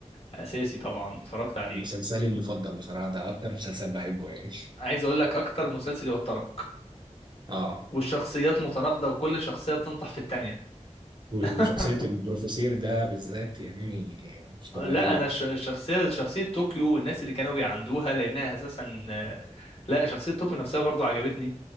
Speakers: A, on the left; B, on the right.
A: اساسي طبعا اتفرجت عليه
B: مسلسلي المفضل بصراحة ده اكتر مسلسل بحبه يعني
A: عايز اقول لك اكتر مسلسل يوترك
B: <laughs> اه
A: والشخصيات متناقضه وكل شخصيه بتنطح في التانيه
B: و-
A: <laughs>
B: وشخصية البروفيسير ده بالذات يعني مش طبيعية
A: لا
B: يعني.
A: انا ش- شخصيه شخصيه طوكيو والناس اللي كانوا بيعندوها لانها اساسا لا شخصيه طوكيو نفسها برضو عجبتني